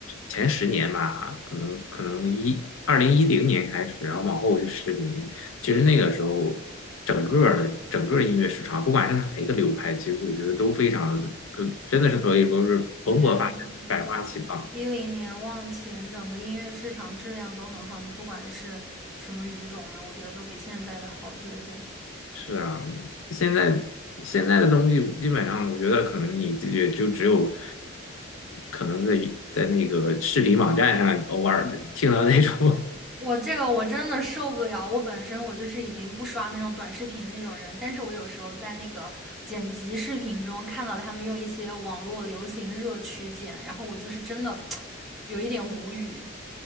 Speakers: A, on the left (about 80°); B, in the centre.
A: 前十年吧，可能可能一二零一零年开始，然后往后是十年，其实那个时候整个儿的整个儿音乐市场，不管是哪一个流派，其实我觉得都非常可，真的是可以说是蓬勃发展，
B: 我觉得
A: 百花齐放。
B: 对对一零年往前，整个音乐市场质量都很好，你不管是什么语种的，我觉得都比现在的好特别多。
A: 是啊，现在现在的东西基本上，我觉得可能你也就只有可能在在那个视频网站上偶尔听到那种 <laughs>。
B: 我这个我真的受不了，我本身我就是已经不刷那种短视频那种人，但是我有时候在那个剪辑视频中看到他们用一些网络流行热曲剪，然后我就是真的有一点无语。